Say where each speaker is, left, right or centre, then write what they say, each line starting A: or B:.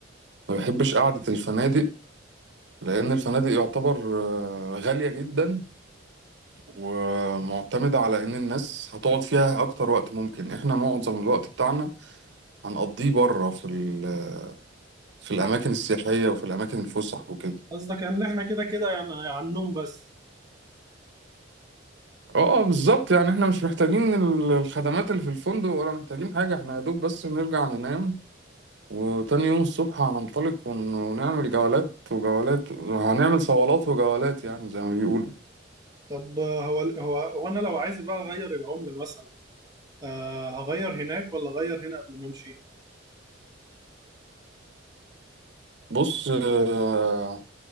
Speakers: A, on the right; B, on the right.
A: ما بحبش قعدة الفنادق لان الفنادق يعتبر آه، غالية جدا ومعتمدة على إن الناس هتقعد فيها أكتر وقت ممكن إحنا معظم الوقت بتاعنا هنقضيه بره في ال- في الأماكن
B: فاحنا
A: السياحية وفي الأماكن الفسح وكده
B: قصدك ان احنا كده كده يعني على النوم بس
A: اه بالظبط يعني احنا مش محتاجين ال- الخدمات اللي في الفندق ولا محتاجين حاجة احنا يا دوب بس نرجع ننام وتاني يوم الصبح هننطلق ون- ونعمل جولات وجولات هنعمل صولات وجولات يعني زي ما بيقولوا
B: طب آه، هو هو هو انا لو عايز بقى اغير العملة مثلا آه هغير هناك ولا أغير هنا قبل ما أمشي
A: بص آه،